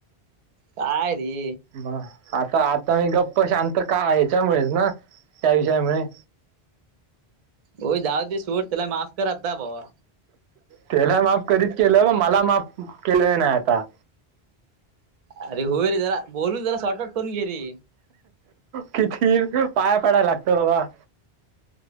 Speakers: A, on the right; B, on the right.
A: काय रे.
B: ब आता आता मी गप्प शांत का याच्यामुळेच ना त्या विषयामुळे.
A: हो जााऊदसोट त्याला माफ कता भाबा.
B: त्याला माफ करीत केलं मला माफ केलं नाही आता.
A: अरे होय रे जला बोलून त्याला शॉर्टआउट करून घेरे.
B: किती पाया पडाय लागतं बाबा.